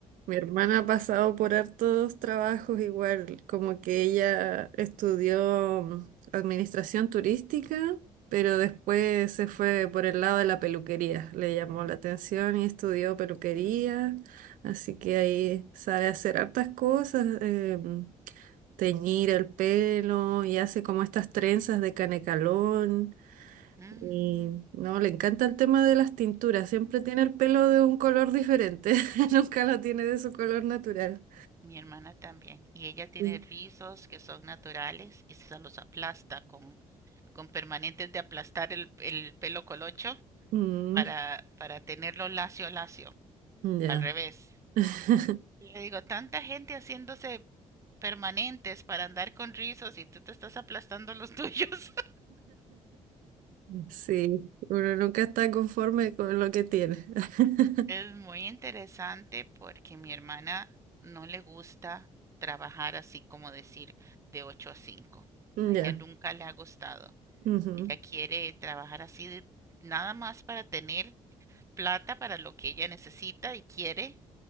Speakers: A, on the right (about 85°); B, on the right (about 20°).
A: Mi hermana ha pasado por hartos trabajos igual, como que ella estudió mm, administración turística, pero después
B: Ujú.
A: se fue por el lado de la peluquería, le llamó la atención y estudió peluquería, así que ahí sabe hacer hartas cosas. Eh, teñir el pelo y hace como estas trenzas de canecalón
B: Mm,
A: y no, le encanta el tema de las tinturas, siempre tiene el pelo de un color diferente, <laughs> nunca lo tiene de su color natural.
B: mi hermana también. Y ella tiene
A: Sí.
B: rizos que son naturales y se los aplasta con, con permanentes de aplastar el, el pelo colocho
A: Mm,
B: para, para tenerlo lacio, lacio.
A: ya.
B: Al revés.
A: <laughs>
B: Y Le digo, tanta gente haciéndose permanentes para andar con rizos y tú te estás aplastando los <laughs> tuyos.
A: Sí, uno nunca está conforme con lo que tiene. <laughs>
B: Es muy interesante porque mi hermana no le gusta trabajar así como decir de ocho a cinco
A: Ya,
B: A ella nunca le ha gustado.
A: ujú,
B: Ella quiere trabajar así de, nada más para tener plata para lo que ella necesita y quiere